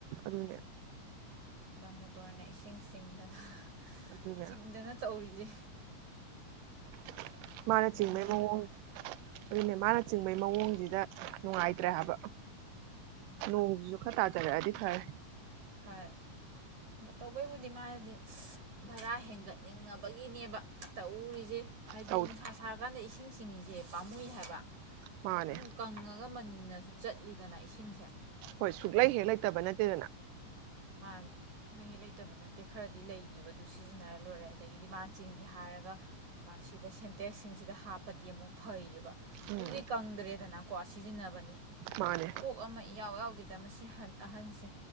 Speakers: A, on the right; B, on the right.
A: ꯑꯗꯨꯗꯅꯦ
B: ꯗꯃꯨꯗꯣꯔꯅ ꯏꯁꯤꯡ ꯆꯁꯤꯡꯗꯅ
A: ꯑꯗꯨꯅꯦ
B: ꯆꯤꯡꯗꯅ ꯇꯧꯔꯤꯁꯦ
A: <unintelligible> ꯃꯥꯅ
B: ꯆꯤꯡꯉꯔꯣꯏꯗꯕ
A: ꯆꯤꯡꯕꯩ ꯃꯋꯣꯡ ꯑꯗꯨꯅꯦ ꯃꯥꯅ ꯆꯤꯡꯕꯩ ꯃꯑꯣꯡꯖꯤꯗ ꯅꯨꯡꯉꯥꯏꯇ꯭ꯔꯦ ꯍꯥꯏꯕ ꯅꯣꯡꯖꯤꯖꯨ ꯈꯥ ꯇꯥꯖꯔꯛꯑꯗꯤ ꯐꯔꯦ
B: ꯐꯥꯏꯕ ꯇꯧꯕꯩꯕꯨꯗꯤ ꯃꯥꯅꯗꯤ ꯁꯤ ꯚꯥꯔꯥ ꯍꯦꯟꯒꯠꯅꯤꯡꯉꯕꯒꯤꯅꯦꯕ ꯇꯧꯔꯤꯖꯦ ꯍꯥꯏꯗꯤ
A: ꯇꯧ
B: ꯅꯨꯡꯁꯥ ꯁꯥꯔꯀꯥꯟꯗ ꯏꯁꯤꯡ ꯆꯤꯡꯉꯤ ꯌꯦ ꯄꯥꯝꯃꯨꯏ ꯍꯥꯏꯕ
A: ꯃꯥꯅꯦ
B: ꯑꯗꯨꯝ ꯀꯪꯉꯥꯒ ꯃꯟ ꯅꯖꯨ ꯆꯠꯂꯤꯗꯅ ꯏꯁꯤꯡꯖꯦ
A: ꯍꯣꯏ ꯁꯨꯛꯂꯩ ꯍꯦꯛ ꯂꯩꯇꯕ ꯅꯠꯇꯦꯗꯅ
B: ꯃꯥꯅꯦ ꯁꯨꯡꯂꯩꯍꯦꯛ ꯂꯩꯇꯕ ꯅꯠꯇꯦ ꯈꯔ ꯗꯤ ꯂꯩꯌꯦꯕ ꯑꯗꯨ ꯁꯤꯖꯤꯟꯅꯔ ꯂꯣꯏꯔꯦ ꯃꯥꯥꯟ ꯆꯤꯡꯒꯦ ꯍꯥꯏꯔꯒ ꯑ ꯁꯤꯗ ꯁꯦꯟꯇꯦꯛꯁꯁꯤꯡꯁꯤꯗ ꯍꯥꯞꯄꯗꯤ ꯑꯃꯨꯛ ꯐꯩꯌꯦꯕ
A: ꯎꯝ
B: ꯑꯗꯨꯗꯤ ꯀꯪꯗ꯭ꯔꯦꯗꯅ ꯀꯣ ꯁꯤꯖꯤꯟꯅꯕꯅꯤ
A: ꯃꯥꯅꯦ
B: ꯀꯣꯛ ꯑꯃ ꯏꯌꯥꯎ ꯌꯥꯎꯗꯦ ꯃꯁꯤ ꯍꯟ ꯑꯍꯟꯁꯦ